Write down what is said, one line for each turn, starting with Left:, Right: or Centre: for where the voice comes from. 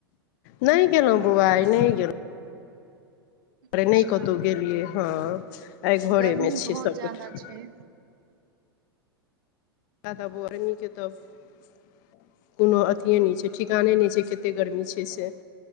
Left: नहि गेलौं बौआ आइ नहि गेलौं अरे
Right: अच्छा
Left: नहि कतौ गेलियै हँ आइ
Right: गर्मी
Left: घरेमे छीयै
Right: बहुत
Left: सभगोटा
Right: ज्यादा
Left: <inaudible>
Right: छै
Left: किये तऽ बौआ तऽ नै खेतौ <unintelligible> कोनो अथिए नहि छै ठिकाने नहि छै केते गर्मी छै से